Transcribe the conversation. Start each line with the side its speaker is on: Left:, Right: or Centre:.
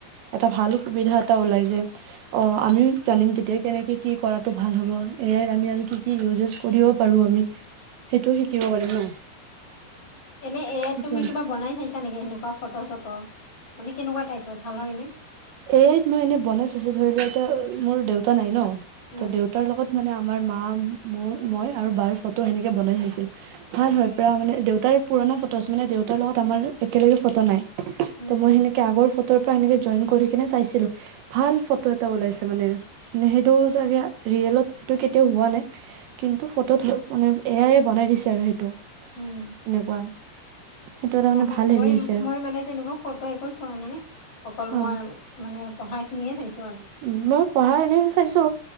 Right: এটা ভাল সুবিধা এটা ওলাই যায়। অ আমিও জানিম তেতিয়া কেনেকে কি কৰাতটো ভাল হ'ব? এ আই ৰ আমি আৰু কি কি ইউজেজ কৰিবও পাৰো আমি? সেইটো শিকিব পাৰিম ন। <inaudible>
Left: এনে এ আইত
Right: সেইটোৱে
Left: তুমি কিবা বনাই চাইছা নেকি সেনক? ফটো চটো মানে কেনেকুৱা টাইপ হয় ভাল হয় নে
Right: এই মই এনেই বনাই চাইছো ধৰিলোৱা এতিয়া মোৰ দেউতা নাই ন
Left: উম
Right: ত দেউতাৰ লগত মানে আমাৰ মা মোৰ মই আৰু বাৰ ফটো সেনেকে বনাই চাইছিলো। ভাল হয় পৰা মানে দেউতাৰ পুৰণা ফটো মানে দেউতাৰ লগত আমাৰ একেলগে ফটো নাই।
Left: হুম
Right: ত
Left: হুম
Right: মই সেনেকে আগৰ ফ টোৰ পৰা সেনেকে জয়েন কৰি কিনে চাইছিলো ভাল ফটো এটা ওলাইছে মানে, সেইটো চাগে ৰিয়েলত সেইটো কেতিয়াও হোৱা নাই কিন্তু ফটো মানে এয়াইে বনাই দিছে আৰু সেইটো।
Left: হুম
Right: সেনেকুৱা। সেইটো এটা মানে
Left: মই,
Right: ভাল হেৰি হৈছে
Left: মই মানে তেনেকুৱা ফটো একো চোৱা নাই। অকল
Right: অ
Left: মই মানে পঢ়া খিনিয়ে চাইছো।
Right: উম, মই পঢ়া এনে চাইছো